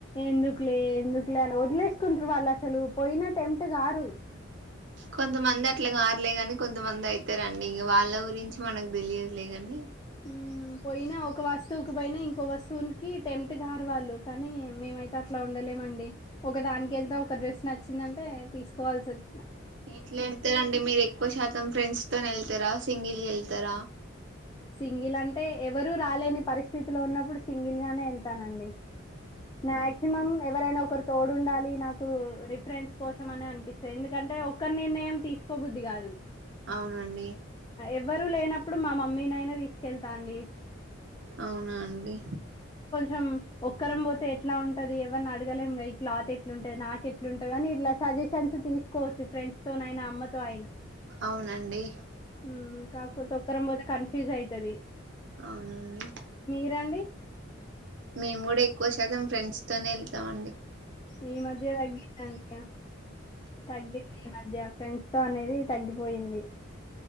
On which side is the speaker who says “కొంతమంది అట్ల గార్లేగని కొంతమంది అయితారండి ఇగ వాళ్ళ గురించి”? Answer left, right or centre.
Right